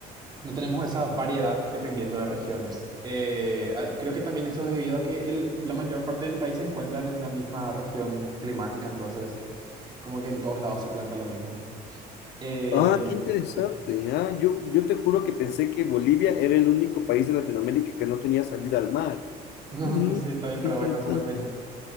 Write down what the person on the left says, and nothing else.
Ah, qué interesante. Ah, yo, yo te juro que pensé que Bolivia era el único país de Latinoamérica que no tenía salida al mar.
Mm,
qué interesante.